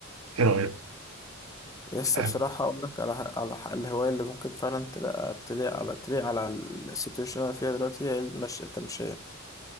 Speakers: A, on the right; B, on the left.
A: ايه رايك
B: يس
A: فاهم
B: بصراحة أقول لك على على الهواية اللي ممكن فعلا تلاقي تليق على تليق على السيتويشن اللي أنا فيها دلوقتي هي المشي التمشية